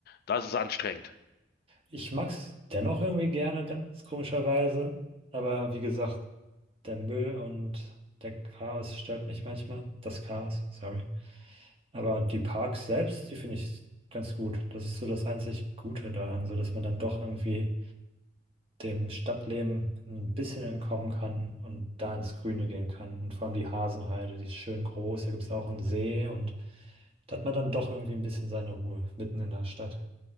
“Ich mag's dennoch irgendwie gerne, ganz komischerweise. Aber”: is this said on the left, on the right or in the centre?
Right